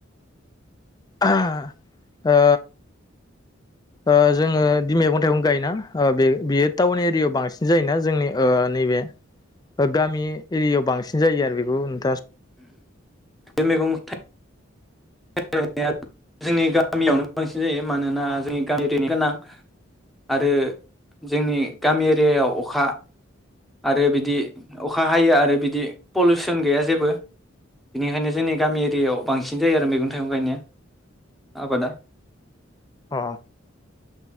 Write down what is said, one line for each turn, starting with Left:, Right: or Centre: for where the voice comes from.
Left: ओहो ओ ओ जोङोदि मैगं थाइगं गायोना बे बेयो टाउन एरियाव बांसिन जायोना जोंनि ओ नैबे गामि एरियाव बांसिन जायो आरो बेखौ नोंथाङा
Centre: बे मैगं थाइ <unintelligible> जोंनि गामियावनो बांसिन जायो मानोना जोंनि गामि एरियानि गोनां आरो जोंनि गामि एरियायाव अखा आरो बिदि अखा हायो आरो बिदि पलिउसन गैया जेबो बेनिखायनो जोंनि गामि एरियायाव बांसिन जायो आरो मेगं मैगं थाइगं गायनाया आबादा
Left: अ